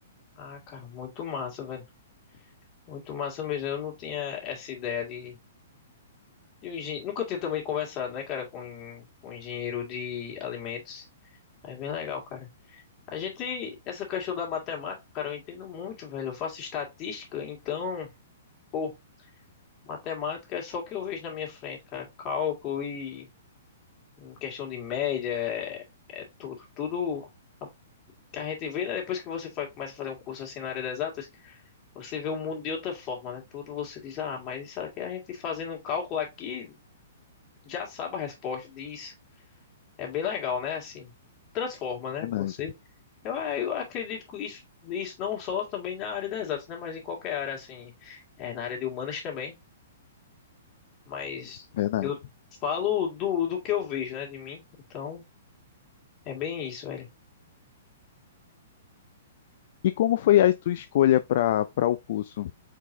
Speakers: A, on the left; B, on the left.
A: Ah, cara, muito massa, velho. Muito massa mesmo. Eu não tinha essa ideia de, de um engenheiro. Nunca tinha também conversado, né, cara, com, com um engenheiro de alimentos. É bem legal, cara. A gente, essa questão da matemática, cara, eu entendo muito, velho. Eu faço estatística, então, pô, matemática é só o que eu vejo na minha frente, cara. Cálculo e questão de média, é, é tudo. Tudo que a gente vê, né? Depois que você faz começa a fazer um curso assim na área das exatas, você vê o mundo de outra forma, né? Tudo você diz, ah, mas isso aqui a gente fazendo um cálculo aqui já sabe a resposta disso. É bem legal, né? Assim, transforma, né?
B: Verdade,
A: Você. Eu, é, eu acredito que isso, isso não só também na área das exatas, né? Mas em qualquer área, assim, é, na área de humanas também. Mas
B: verdade.
A: eu falo do, do que eu vejo, né, de mim. Então, é bem isso, velho.
B: E como foi a tua escolha para para o curso?